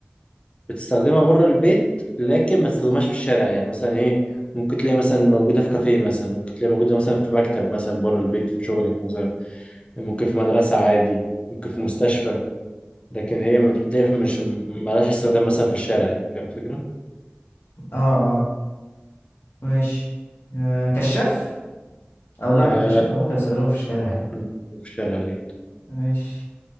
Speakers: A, on the left (about 30°); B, on the left (about 75°).
A: بتستخدمها بره البيت لكن ما تستخدمهاش في الشارع يعني مثلا ايه ممكن تلاقي مثلا موجوده في كافيه مثلا ممكن تلاقي موجوده مثلا في مكتب مثلا بره البيت في شغلك مثلا ممكن في مدرسه عادي ممكن في مستشفى لكن هي ما بتلاقي مش مالهاش استخدام مثلا في الشارع يعني فاهم الفكره؟
B: اه اه ماشي آه كشاف او لا
A: آه
B: كشاف انا ممكن استخدمه في الشارع عادي
A: مم. في الشارع عادي جدا
B: ماشي